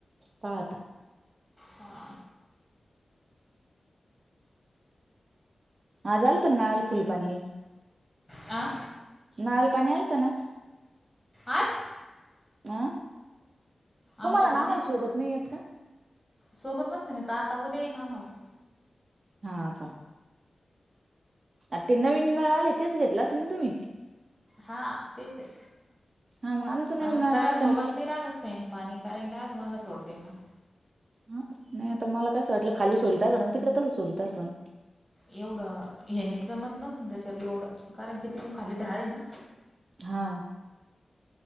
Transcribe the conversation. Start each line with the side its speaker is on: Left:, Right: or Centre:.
Right: पाहा आता.
Centre: हा,
Right: आज आलंत ना नळाल फुल पाणी.
Centre: आ
Right: नाल पाणी आलत ना.
Centre: आज
Right: आ तुम्हाला
Centre: आमच्याकडं
Right: न आम्हाल
Centre: नाही आला
Right: सोबत नाई येत का?
Centre: सोबत नसेन त आका उद्या येईन आम्हाला.
Right: हा का, आ ते नवीन नळ आले तेच घेतलं असे ना तुम्ही.
Centre: हा तेच आहे
Right: हा मग आमचं
Centre: पण
Right: नवीन नळाचंच
Centre: सगळ्या सोबत
Right: कनेक्शन
Centre: नाही राहणार चैन. पाणी कारण की आग मांगा सोडतेन ना.
Right: हा नाही आता मला कसं वाटलं खाली सोडीत असन आणि तिकडे तसं सोडत असन.
Centre: एवढं ह्याने जमत नसल त्याच्यार लोड कारण की ते कोण खाली ढाळे हे ना.
Right: हा,